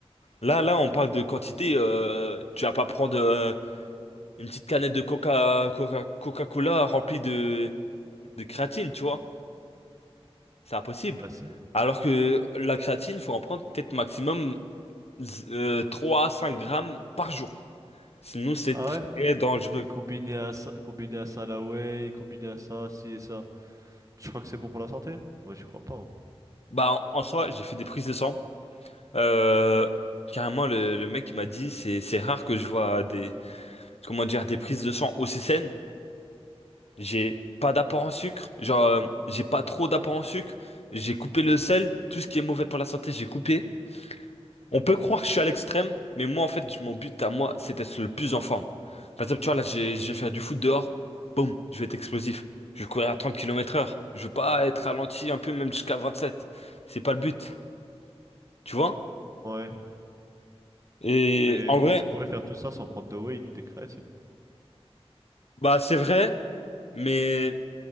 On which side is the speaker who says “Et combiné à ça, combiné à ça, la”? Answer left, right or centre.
Right